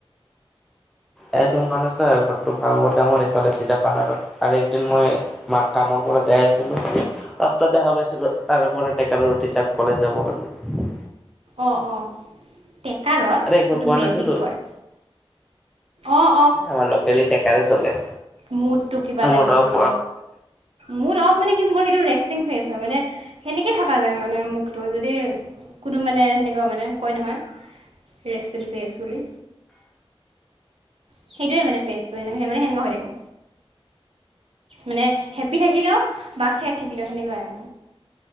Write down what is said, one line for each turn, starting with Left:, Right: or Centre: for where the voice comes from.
Centre: এ, তুমি কাৰণ আছা ঘৰতো ভাগৱত ডাঙৰ এইফালে চিধা পাহাৰত আৰু একদিন মই তোমাৰ কামৰ যাই আছিলোঁ ৰাস্তাত দেখা পাইছিলো আৰু তাৰেপৰা ট্ৰেকাৰত উঠিছা কলেজ যাবৰ কাৰণে
Right: অ', অ', ট্ৰেকাৰত
Centre: আৰে একবাৰ
Right: সেইটো
Centre: কোৱা
Right: মেজিক
Centre: নাছিলো
Right: কয় অঁ
Centre: আমাৰ লোকেল ই টেকাৰ চলে
Right: মুডটো কিবা
Centre: মুড
Right: টাইপ আছিল
Centre: অফ
Right: মুড অফ মানে মোৰ সেইটো ৰেষ্টিং ফেচ হয় মানে সেনেকে থাককা যায় মানে মুখটো যদি কোনো মানে সেনেকুৱা মানে কয় নহয় ৰেষ্টণ্ট ফেচ বুলি সেইটোৱে মানে ফেচ মানে সেনেকুৱা হৈ থাকে মানে হে্পী থাকিলেও বা ছেড থাকিলেও সেনেকুৱাই